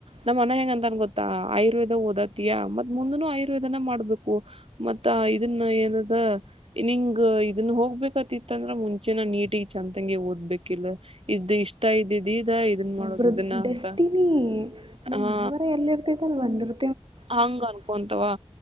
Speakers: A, on the right; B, on the right.
A: ನಮ್ಮನೆಗೆ ನಂತರ ಹೋಗ್ತಾ ಆಯುರ್ವೇದ ಓದ್ತೀನಿ ಮುಂದಿನ ಅಧ್ಯಾಯ ಮಾಡಬೇಕು ಮತ್ತ ಇದನ್ನ ಏನದ ನಿಂಗ ಇದನ್ ಹೋಗ್ಬೇಕತಿತ್ತ ಅಂದ್ರ ಮುಂಚೆನ ನೀಟಗ ಚಂತಂಗಗೆ ಓದ್ಬೇಕಿಲ್ಲ ಇದ್ದ ಇಷ್ಟ ಇದ್ದಿದ್ ಇದ ಇದನ್ ಮಾಡೋದು
B: ಒಬ್ಬರು
A: ಇದನ್ನ
B: ಡೆಸ್ಟಿನೇ
A: ಅಂತ
B: ನಮ್
A: ಹಾ
B: ಹಣೆಬರ ಎಲ್ಲಿರುತ್ತೋ ಬಂದರು
A: ಹಂಗ ಅನ್ಕೊಂತವಾ